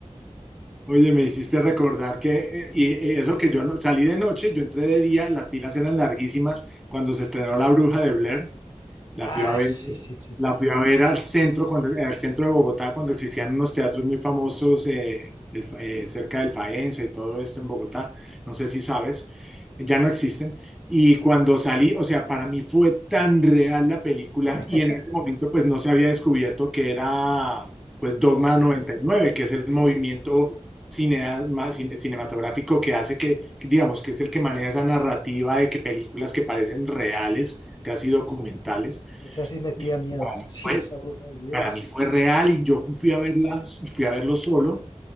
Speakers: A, in the centre; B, on the left.
A: Oye, me hiciste recordar que, eh, y eh, eso que yo no, salí de noche, yo entré de día, las filas eran larguísimas cuando se estrenó La Bruja de Blair. La
B: ah,
A: fui a ver,
B: sí, sí, sí,
A: la
B: sí.
A: fui a ver al centro, cuando, al centro de Bogotá cuando existían unos teatros muy famosos eh, el- eh, cerca del Faenza y todo esto en Bogotá. No sé si sabes, ya no existen. Y cuando salí, o sea, para mí fue tan real la película
B: <laughs>
A: y en ese momento pues no se había descubierto que era pues Dogma
B: Esas, eh,
A: noventa y nueve que es el
B: es-
A: movimiento
B: eh,
A: cine- ma- cine- cinematográfico que hace que, digamos, que es el que maneja esa narrativa de que películas que parecen reales, casi documentales,
B: esa sí metía
A: y
B: miedo, esa sí,
A: fue,
B: esa bruja del video,
A: para
B: y sí.
A: mí fue real y yo fui a verlas, fui a verlo solo.